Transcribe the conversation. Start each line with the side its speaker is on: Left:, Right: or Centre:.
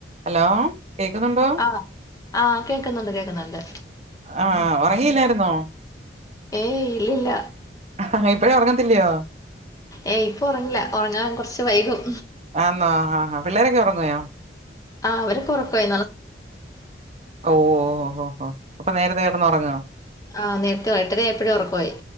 Right: ഹലോ കേക്കുന്നൊണ്ടോ
Left: ആഹ് ആഹ് കേക്കുന്നുണ്ട് കേക്കുന്നുണ്ട്
Right: ആഹ് ഒറങ്ങിയില്ലായിരുന്നോ
Left: ഏയ് ഇല്ലില്ല
Right: ആഹ് ഇപ്പഴും ഉറങ്ങത്തില്ലയോ
Left: ഏയ് ഇപ്പൊ ഉറങ്ങില്ല ഉറങ്ങാൻ കുറച്ച് വൈകും.
Right: ആന്നോ ആഹാ പിള്ളേരൊക്കെ ഒറങ്ങിയോ
Left: ആഹാ അവരെക്കെ ഒറക്കയി
Right: ഓഹ് ഓഹ് ഓഹ് ഓഹ് ഹോ അപ്പൊ നേരത്തെ കിടന്ന് ഉറങ്ങ
Left: ആ നേരത്തെ എട്ടര ആയപ്പൊഴെ ഒറക്കവായി